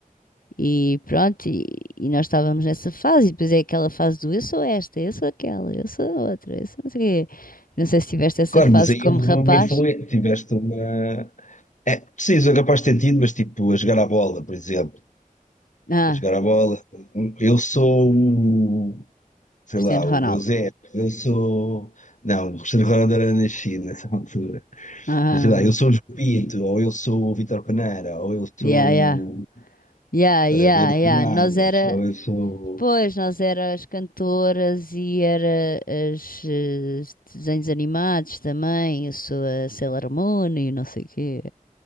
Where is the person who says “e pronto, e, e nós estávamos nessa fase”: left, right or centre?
Left